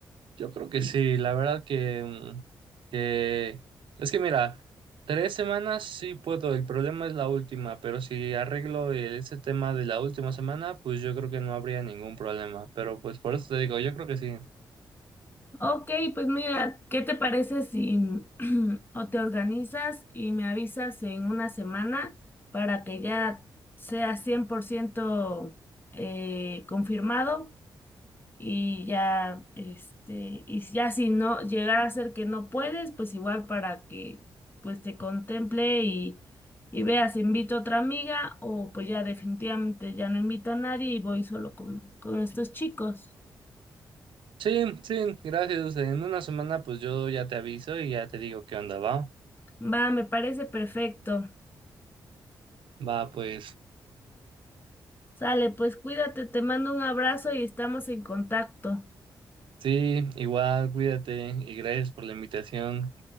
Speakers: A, on the right (about 70°); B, on the left (about 25°).
A: Yo creo que sí, la verdad que, mm, que es que mira, tres semanas sí puedo, el problema es la última, pero si arreglo el- ese tema de la última semana, pues yo creo que no habría ningún problema, pero pues por eso te digo, yo creo que sí.
B: Ok, pues mira, ¿qué te parece si <clears throat> o te organizas y me avisas en una semana para que ya sea 100% eh, confirmado? y ya, este, y ya si no llegara a ser que no puedes, pues igual para que pues te contemple y, y veas, invito a otra amiga o pues ya definitivamente ya no invito a nadie y voy solo con, con estos chicos.
A: Sí, sí, gracias. En una semana pues yo ya te aviso y ya te digo qué onda, va.
B: Va, me parece perfecto.
A: Va, pues
B: Sale, pues cuídate, te mando un abrazo y estamos en contacto.
A: sí, igual, cuídate y gracias por la invitación.